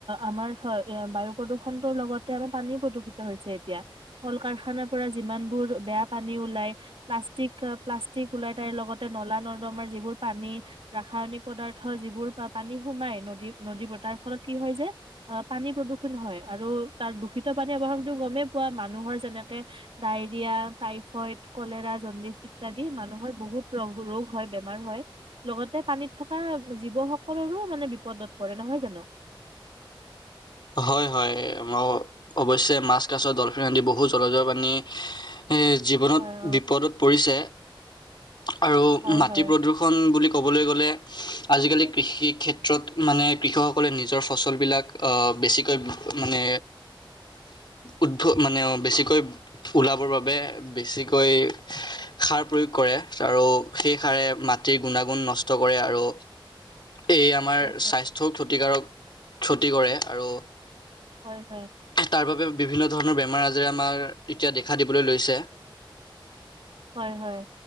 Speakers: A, on the right; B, on the left.
A: আমাৰ ফাল এ বায়ু প্ৰদূষণটোৰ লগত। তে আমি পানীও প্ৰদূষিত হৈছে এতিয়া কল কাৰখানা। পৰা যিমানবোৰ বেয়া পানী ওলাই প্লাষ্টিক প্লাষ্টিক ওলাই তাইৰ লগত। তাতে নলা নৰ্দমাৰ যিবোৰ পানী ৰাসায়নিক পদাৰ্থ যিবোৰ পানী সোমাই নদী নদীবোৰ তাৰ ফলত কি হয় যে পানী প্ৰদূষণ হয় আৰু তাৰ দূষিত পানী ব্যৱহাৰটো গমেই পোৱা মানুহৰ যেনেকে ডায়ৰিয়া টাইফ। ফইত ক'লেৰা জণ্ডিছ ইত ইত্যাদি মানুহৰ বহুত। ৰোগ হয় বেমাৰ হয় লগতে পানীত থকা জীৱসকলৰো মানে বিপদত পৰে নহয় জানোঁ?
B: হয় হয় অৱশ্যে মাছ কাছৰ দলফিন আদি বহু জলজৰ প্ৰানী জীৱনত
A: হয় অ
B: বিপদত পৰিছে আৰু
A: হয়
B: মাটি
A: হয়
B: প্ৰদূষণ বুলি ক'বলৈ গ'লে আজিকালি
A: হয়
B: কৃষি ক্ষেত্ৰত মানে কৃষকসকলে নিজৰ ফচলবিলাক বেছিকৈ মানে উদ্ভ মানে বেছিকৈ ওলাবৰ বাবে বেছিকৈ সাৰ প্ৰয়োগ কৰে আৰু সেই সাৰে মাটিৰ গুণাগুণ ন নষ্ট কৰে আৰু এই আমাৰ
A: হয়
B: স্বাস্থ্যও ক্ষতিকাৰক থ্ৰতি কৰে আৰু
A: হয় হয়।
B: তাৰ বাবে বিভিন্ন ধৰণৰ বেমাৰ আজাৰে আমাৰ এতিয়া দেখা দিবলৈ লৈছে,
A: হয় হয়